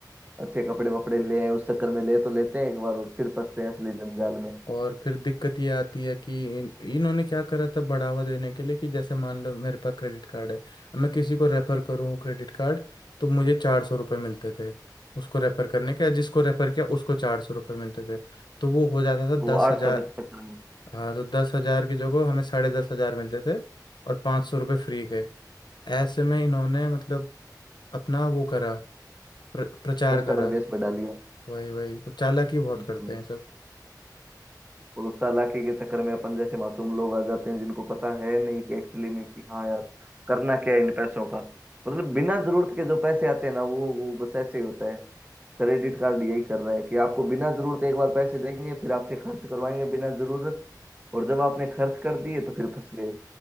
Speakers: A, on the right (about 20°); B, on the left (about 85°).
A: अच्छे कपड़े वपड़े ले आएं, उस चक्कर में ले तो लेते हैं एक बार और फिर फंसते हैं असली जंजाल में
B: और फिर दिक्कत ये आती है कि इन, इन्होंने क्या करा था बढ़ावा देने के लिए कि जैसे मान लो मेरे पास क्रेडिट कार्ड है अब मैं किसी को रेफर करूँ क्रेडिट कार्ड तो मुझे चार सौ रुपये मिलते थे उसको रेफर करने के जिसको रेफर किया उसको चार सौ रुपये मिलते थे तो वो हो जाता था
A: तो
B: दस
A: आठ
B: हजार
A: सौ के चक्कर में
B: हाँ तो दस हजार की जगह हमें साढ़े दस हजार मिलते थे और पाँच सौ रुपये फ्री के ऐसे में इन्होंने मतलब अपना वो करा प्र, प्रचार
A: कस्टमर
B: करा
A: बेस पे डालिए
B: वही वही तो चालाकी बहुत
A: बिल्कुल
B: करते हैं सब
A: और उस चालाकी के चक्कर में अपन जैसे मासूम लोग आ जाते हैं जिनको पता है नहीं कि एक्चुअली में कि हाँ यार करना क्या है इन पैसों का मतलब बिना जरूरत के जो पैसे आते हैं ना वो वो बस ऐसे ही होता है क्रेडिट कार्ड यही कर रहा है कि आपको बिना जरूरत एक बार पैसे देंगे फिर आपसे खर्च करवाएंगे बिना जरूरत और जब आपने खर्च कर दिए तो फिर फंस गए